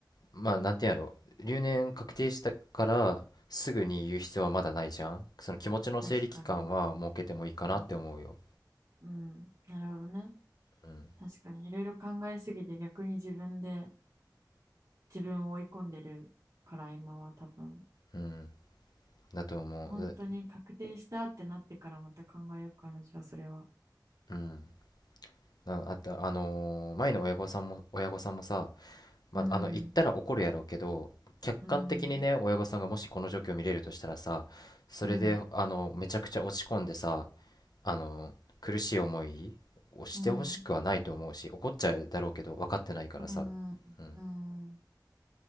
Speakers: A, on the left; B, on the right.
A: まあなんていうんやろ留年確定したからすぐに言う必要はまだないじゃんその気持ちの整理期間は設けてもいいかなって思うよ
B: 確かに。うん、うん、なるほどね。
A: うん
B: 確かにいろいろ考えすぎて逆に自分で自分を追い込んでるから今は多分
A: うんだと思うう
B: 本当に確定したってなってからまた考えようかなじゃあそれは
A: うんなあとあのー前の親御さんも親御さんもさまあ、
B: うん
A: あの言ったら怒るやろうけど客観的にね親御さんがもしこの状況を見れるとしたらさそれであのめちゃくちゃ落ち込んでさ
B: うんうん
A: あの苦しい思いをしてほしくはないと思うし怒っちゃうだろうけど分かってないからさ
B: うんうんうん
A: うん